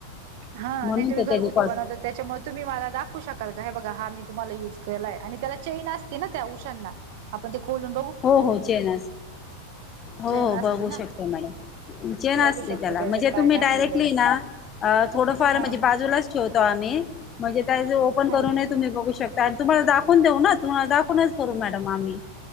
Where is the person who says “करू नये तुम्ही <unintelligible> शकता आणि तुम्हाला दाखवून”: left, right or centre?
Left